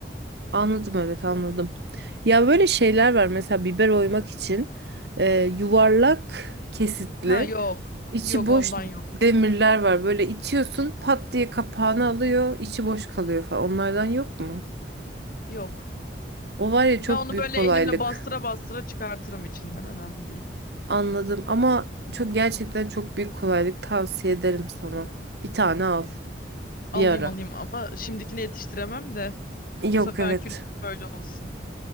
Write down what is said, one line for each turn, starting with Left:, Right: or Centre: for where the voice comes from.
Right: Anladım evet anladım. Ya böyle şeyler var mesela biber oymak için e, yuvarlak kesitli
Left: Ha yok.
Right: içi
Left: Yok
Right: boş
Left: ondan yok.
Right: demirler var. Böyle itiyorsun pat diye kapağını alıyor içi boş kalıyor falan. Onlardan yok mu?
Left: Yok.
Right: O var ya çok
Left: Ben onu
Right: büyük
Left: böyle
Right: kolaylık.
Left: elimle bastıra bastıra çıkartırım içinden. Önemli değil.
Right: Anladım ama çok gerçekten çok büyük kolaylık tavsiye ederim sana. Bir tane al
Left: Alayım
Right: bir ara.
Left: alayım ama şimdikini yetiştiremem de
Right: Yok
Left: bu seferki
Right: evet.
Left: böyle olsun.